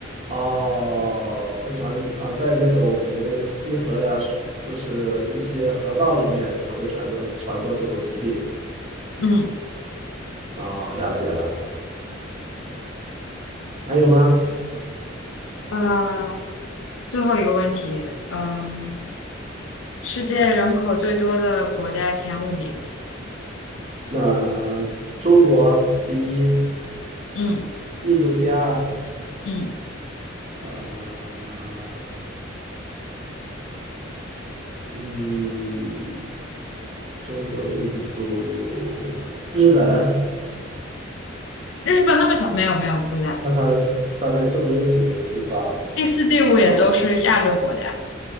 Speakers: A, on the right; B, on the left.
A: 哦，会传啊，在那种可能溪河呀，水就是一些河道里面，可能会传播传播这种疾病。
B: 嗯，
A: 哦，了解了。还有吗？
B: 呃，最后一个问题，嗯，世界人口最多的国家前五名，
A: 那中国第一，
B: 嗯
A: 印度第二，
B: 嗯，
A: 呃，嗯，中国、印度、日本。
B: 日本那么小，没有没有不在，
A: 那它的，那它这么拥挤的一个地方
B: 第四、第五也都是亚洲国家，